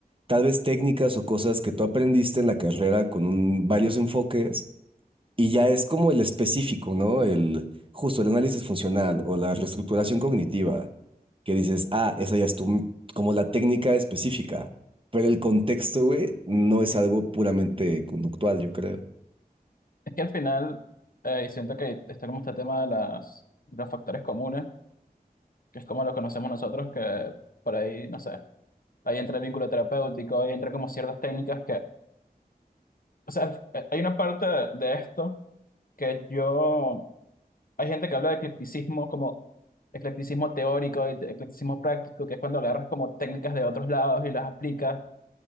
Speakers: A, on the right (about 35°); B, on the left (about 65°).
A: tal vez técnicas o cosas que tú aprendiste en la carrera con un- varios enfoques y ya es como el específico, ¿no? El justo el análisis funcional o la reestructuración cognitiva, que dices, ah, esa ya es tu, como la técnica específica, pero el contexto, güey, no es algo puramente conductual, yo creo.
B: Es que al final, eh, y siento que está como este tema de, las, de los factores comunes, que es como lo conocemos nosotros, que por ahí, no sé, ahí entra el vínculo terapéutico, ahí entra como ciertas técnicas que, o sea, al- eh, hay una parte de de esto que yo, hay gente que habla de eclecticismo como eclecticismo teórico y eclecticismo práctico, que es cuando agarras como técnicas de otros lados y las aplicas.